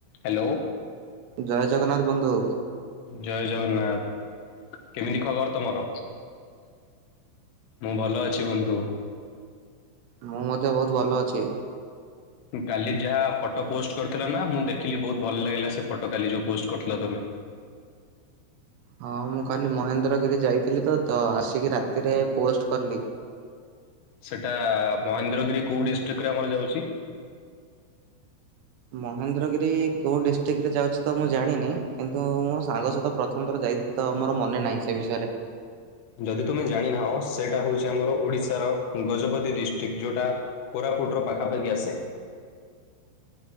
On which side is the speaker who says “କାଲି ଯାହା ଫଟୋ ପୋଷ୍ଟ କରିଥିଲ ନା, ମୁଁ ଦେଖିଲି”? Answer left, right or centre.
Left